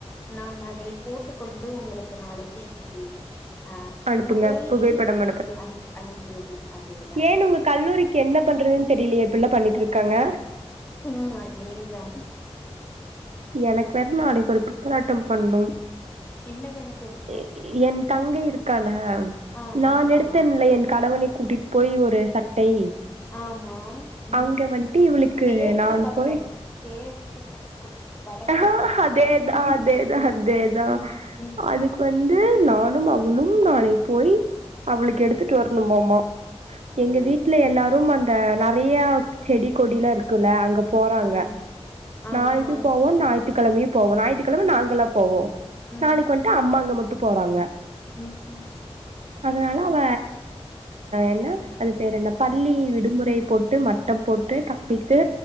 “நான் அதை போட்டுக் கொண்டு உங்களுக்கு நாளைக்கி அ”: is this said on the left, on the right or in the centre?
Left